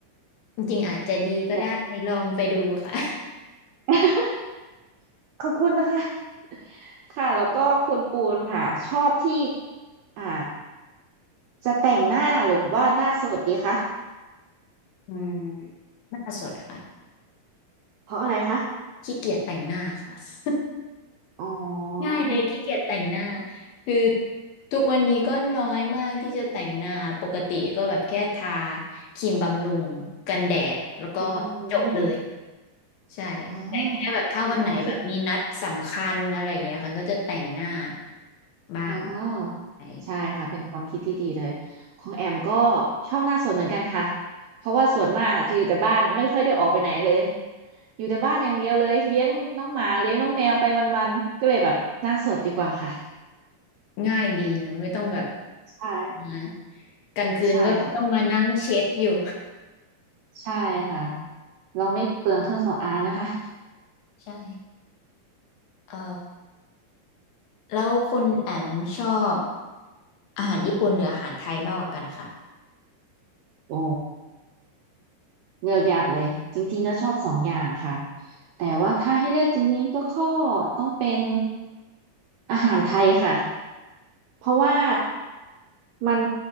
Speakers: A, on the left (about 80°); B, on the right (about 75°).
A: จริงๆอาจจะดีก็ได้ลองไปดูค่ะ
B: ๆแหละ ขอบคุณนะคะ <laughs> ค่ะแล้วก็คุณปูนค่ะชอบที่อ่าจะแต่งหน้าหรือว่าหน้าสดดีคะ
A: อืมหน้าสดค่ะ
B: เพราะอะไรคะ
A: ขี้เกียจแต่งหน้าค่ะ <laughs>
B: อ๋อ
A: ง่ายเลยขี้เกียจแต่งหน้าคือทุกวันนี้ก็น้อยมากที่จะแต่งหน้าปกติก็แบบแค่ทาครีมบำรุงกันแดดแล้วก็
B: อืม
A: จบเลยใช่แต่แค่แบบถ้าวันไหนแบบมีนัดสำคัญอะไรอย่างเงี้ยค่ะก็จะแต่งหน้า
B: อ๋อเป็นความคิด
A: บ้าง
B: อ๋อใช่ค่ะเป็นความคิดที่ดีเลยของแอมก็
A: ใช่
B: ชอบหน้าสดเหมือนกันค่ะเพราะว่าส่วนมากอะจะอยู่แต่บ้านไม่ค่อยได้ออกไปไหนเลยอยู่แต่บ้านอย่างเดียวเลยเลี้ยงน้องหมาเลี้ยงน้องแมวไปวันๆก็เลยแบบหน้าสดดีกว่าค่ะ
A: ง่ายดีเนอะไม่ต้องแบบ
B: ใช่
A: นะกลางคืนก็ไม่ต้องมานั่งเช็ดอยู่
B: ใช่ค่ะใช่ค่ะเราไม่เปลืองเครื่องสำอางนะคะ
A: <laughs> ใช่เอ่อ แล้วคุณแอมชอบอาหารญี่ปุ่นหรืออาหารไทยมากกว่ากันค่ะ
B: <laughs> โอ้เลือกยากเลยจริงๆก็ชอบสองอย่างค่ะแต่ว่าถ้าให้เลือกจริงๆก็ข้อต้องเป็นอาหารไทยค่ะเพราะว่ามัน